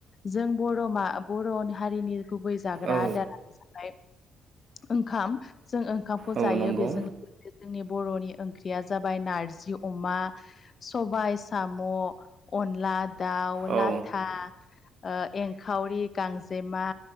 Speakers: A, on the left; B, on the right.
A: जों बर' मा बर' हारिनि गुबै जाग्रा
B: औ
A: आदार <inaudible> ओंखाम जों ओंखामखौ
B: औ
A: जायो
B: नंगौ
A: बेजों लोगोसे जोंनि बर'नि ओंख्रिया जाबाय नारजि अमा सबाइ साम' अनला दाउ
B: औ
A: लाथा ओ एंखावरि गांजेमा